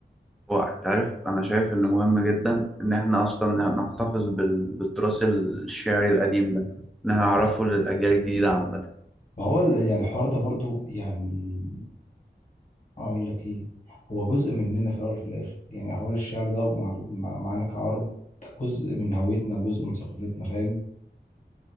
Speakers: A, in the centre; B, on the left.
A: هو انت عارف انا شايف انه مهم جدا ان احنا اصلا نحتفظ بال... بالتراث الشعري القديم ده ان احنا نعرفه للاجيال الجديده عامه
B: ما هو ال- يعني الحوار ده برضو يعني اقول لك ايه هو جزء مننا في الاول وفي الاخر يعني حوار الشعر ده مع مع- معانا كعرب ده جزء من هويتنا وجزء من ثقافتنا فاهم